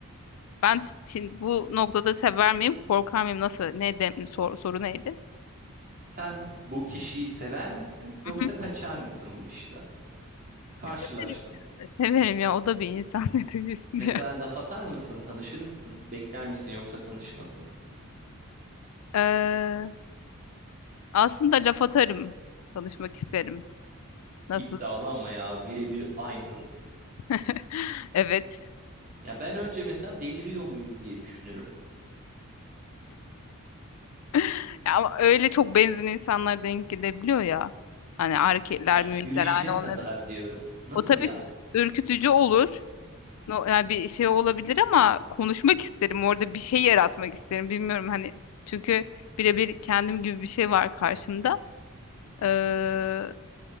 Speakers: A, on the left; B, on the right.
A: Ben şimdi bu noktada sever miyim, korkar mıyım? Nasıl? Ne de, sor- soru neydi?
B: Sen bu kişiyi sever misin yoksa
A: Mhm.
B: kaçar mısın bu kişiden? Karşılaştın.
A: Severim. Severim ya. O da bir insan <laughs> ne diyorsun
B: Mesela
A: ya.
B: laf atar mısın, tanışır mısın, bekler misin yoksa tanışmasını?
A: Ee, aslında laf atarım. Tanışmak isterim. Nasıl?
B: İddialı ama ya birebir aynın.
A: <laughs> Evet.
B: Ya ben önce mesela deliriyor muyum diye düşünürüm.
A: <laughs> Ya ama öyle çok benzer insanlar denk gelebiliyor ya. Hani hareketler,
B: Ya
A: mimikler
B: gülüşüne
A: aynı
B: kadar
A: olmuyor.
B: diyorum. Nasıl
A: O tabii
B: ya?
A: ki ürkütücü olur. No, yani bir şey olabilir ama konuşmak isterim. Orada bir şey yaratmak isterim. Bilmiyorum hani çünkü birebir kendim gibi bir şey var karşımda. Ee,